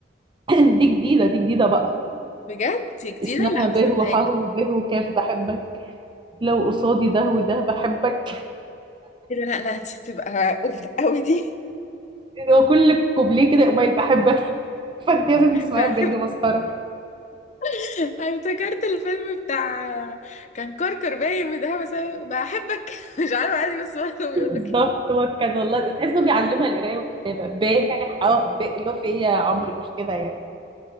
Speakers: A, on the right; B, on the left.
A: <clears throat> دي جديدة دي جديدة بقى
B: بجد دي جديدة
A: اسمها
B: لا
A: به
B: ما سمعتهاش
A: وحاه وبه وكاف بحبك لو قصادي ده وده بحبك
B: كده لا لا دي هتبقى اوفر قوي دي
A: يعني هو كل كوبليه كده قبيل بحبك <laughs> فانت لازم تسمعيها
B: بحب
A: بجد دي مسخرة
B: <laughs> أنا افتكرت الفيلم بتاع كان كركر باين بتاع بس أنا بحبك <laughs> مش عارفه عادي بس هو كانوا بيقولوا
A: بالظبط
B: كده
A: هو كان والله تحس انه بيعلمها القراية والكتابة به حاه به اللي هو في ايه يا عمرو مش كده يعني